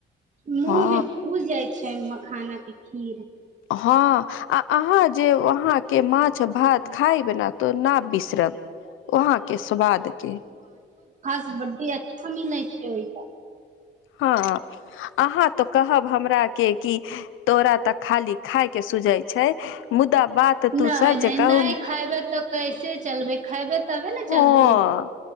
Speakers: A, on the right; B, on the left.
A: मुँहमे
B: हँ
A: घुल जाइ छै। च मखाना के खीर।
B: हँ आ अहाँ जे वहाँके माछ भात खाय बना। तो न बिसरब वहाँ के स्वाद के।
A: कबड्डी अच्छा मिलै छै ओहि त।
B: हँ अहाँ तो कहब हमरा के कि तोरा तऽ खाली खाायके सुझै छै मुदा। बात तू
A: नहि
B: सच
A: नहि
B: कहू
A: नहि खायबे तऽ कैसे चलबे। खायब। तबे ने
B: हँ
A: चलबै।